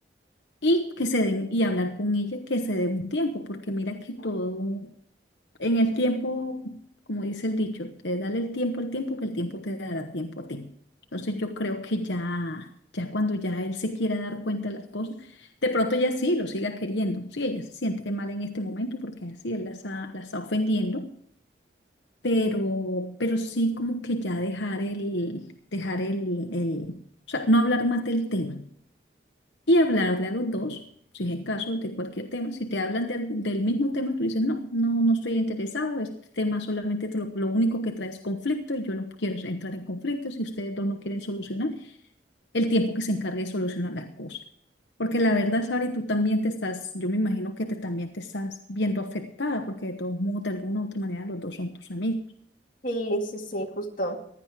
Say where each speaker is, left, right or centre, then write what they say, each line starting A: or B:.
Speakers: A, on the left; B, on the left.
A: y que se den, y hablar con ella, que se dé un tiempo, porque mira que todo, en el tiempo, como dice el dicho, te dale el tiempo al tiempo, que el tiempo te dará tiempo a ti. Entonces yo creo que ya, ya cuando ya él se quiera dar cuenta de las cosas, de pronto ella sí lo siga queriendo. Sí, ella se siente mal en este momento porque así él la está, la está ofendiendo, pero, pero sí como que ya dejar el, dejar el, el, o sea, no hablar más del tema y hablarle a los dos, si es el caso, de cualquier tema. Si te hablan del, del mismo tema, tú dices, no, no, no estoy interesado, este tema solamente te lo, lo único que trae es conflicto y yo no quiero entrar en conflicto si ustedes dos no quieren solucionar, el tiempo que se encargue de solucionar las cosas. Porque la verdad, Sabri, tú también te estás, yo me imagino que te, también te estás viendo afectada, porque de todos modos, de alguna u otra manera, los dos son tus amigos.
B: Sí, sí, sí, justo.